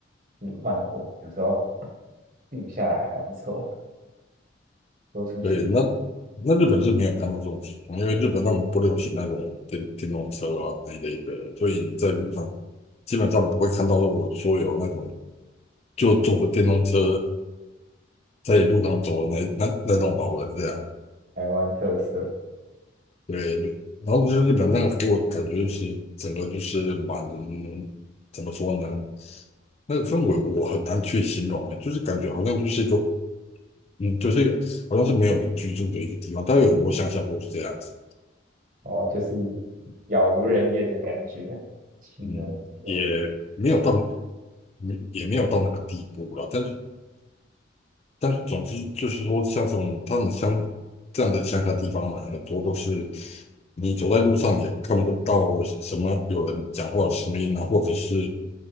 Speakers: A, on the right; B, on the left.
A: 嗯，慢火，有时候定下来还不错，说出去
B: 对，那那日本是没有看到这种情况，因为日本他们不流行那种电电动车啊那一类的，所以在路上基本上不会看到我说有那种就坐着电动车在路上走的那那那种老人这样。
A: 台湾特色
B: 对，然后就是日本那个给我的感觉就是整个就是蛮怎么说呢？那个氛围我很难去形容啊，就是感觉好像就是一个嗯，就是一个好像是没有人居住的一个地方，但有很多乡下都是这样子。
A: 哦，就是杳无人烟的感觉，清幽有
B: 嗯，也没有到，没也没有到那个地步了。但是，但是，总之就是说，像这种他们乡这样的乡下地方呢，很多都是你走在路上也看不到什什么有人讲话的声音啊，或者是